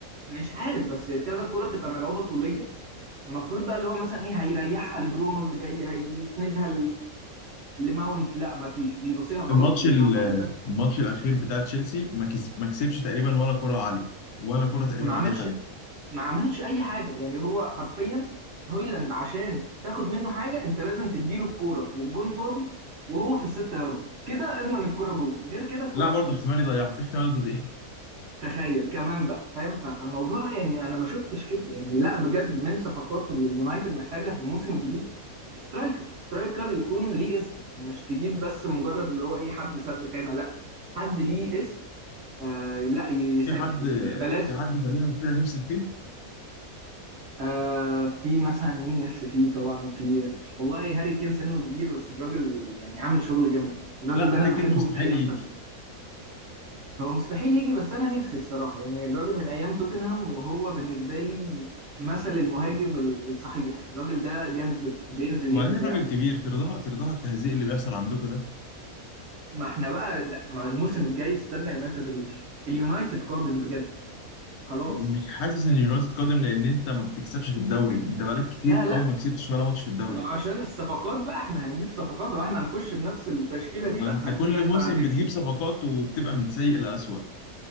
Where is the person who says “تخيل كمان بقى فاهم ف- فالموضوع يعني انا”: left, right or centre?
Right